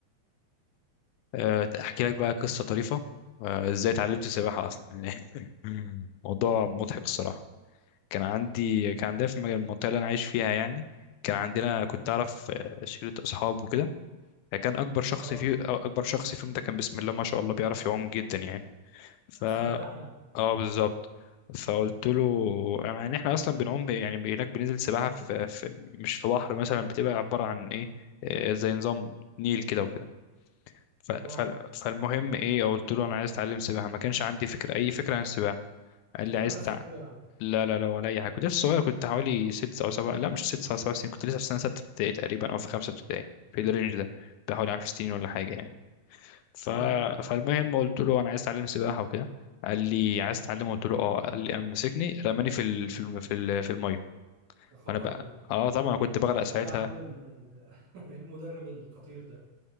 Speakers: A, on the left; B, on the right.
A: أه، احكي لك بقى قصه طريفه أه، ازاي اتعلمت السباحه اصلا يعني <laughs> موضوع مضحك الصراحه كان عندي كان عندنا في المج- المنطقة اللي أنا عايش فيها يعني كان عندنا كنت أعرف آه، شلة أصحاب وكده فكان أكبر شخص
B: اه
A: فيه أو أكبر شخص فيهم ده كان بسم الله ما شاء الله بيعرف يعوم جدا يعني فا
B: سباح يعني
A: اه بالظبط فقلت له يعني احنا اصلا بنعوم يعني هناك بننزل سباحه في, في مش في بحر مثلا بتبقى عباره عن ايه آه، زي نظام نيل كده وكده ف- ف-
B: اه
A: فالمهم ايه قلت له انا عايز اتعلم سباحه ما كانش عندي فكره اي فكره عن السباحه
B: ما
A: قال
B: كانش
A: لي عايز
B: عندك
A: تع-
B: خلفيه يعني
A: لا لا لا ولا اي حاجه كنت لسه صغير كنت حوالي ست او سبع لا مش ست سبع سبع سنين كنت لسه في سنه سته ابتدائي تقريبا او في خمسه ابتدائي في الرينج ده بحوالي 10 سنين ولا حاجه يعني ف...
B: تمام
A: فالمهم قلت له انا عايز اتعلم سباحه وكده قال لي عايز تتعلم قلت له اه قال لي قام مسكني رماني في ال... في الم... في, ال... في الميه
B: يا خبر
A: وانا بقى
B: ابيض
A: اه طبعا أنا كنت بغرق ساعتها
B: ايه يا عم ال- <laughs> المدرب الخطير ده